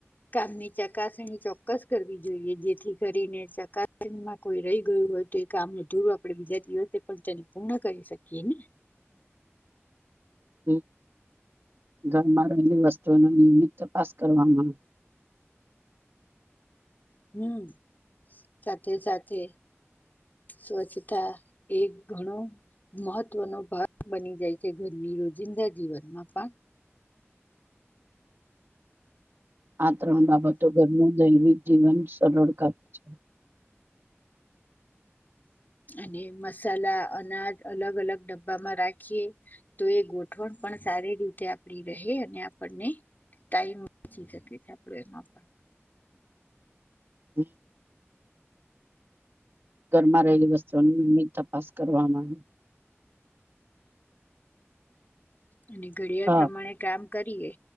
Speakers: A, on the left; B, on the right.
A: કામની ચકાસણી ચોક્કસ કરવી જોઈએ જેથી કરીને ચકાસણીમાં કોઈ રહી ગયું હોય તો એ કામ ન ધૂર આપણે બીજા દિવસે પણ તેને પૂર્ણ કરી શકીએ ને
B: હમ્મ ઘરમાં રહેલી વસ્તુઓનો નિયમિત તપાસ કરવામાં આવે
A: હહમ્મ સાથે સાથે સ્વચ્છતા એક ઘણો મહત્વનો ભાગ બની જાય છે ઘરની રોજિંદા જીવનમાં પણ
B: આ ત્રણ બાબતો ઘરનું દૈવિક જીવન સરળતા છે
A: અને મસાલા અનાજ અલગ અલગ ડબ્બામાં રાખીએે તો એ ગોઠવણ પણ પણ સારી રીતે આપડી રહે અને આપણને ટાઈમ બચી શકે છે આપડું એમાં પણ
B: હમ્મ ઘરમાં રહેલી વસ્તુઓની નિયમિત તપાસ કરવામાં આવી
A: અને ઘડિયાળ
B: હા
A: પ્રમાણે કામ કરીએ